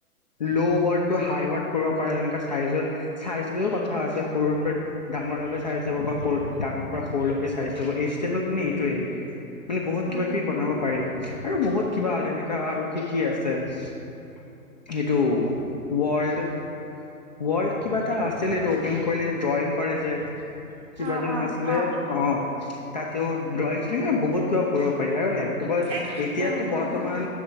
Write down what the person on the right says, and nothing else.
উম
অ অ
অ
এক
অ
অ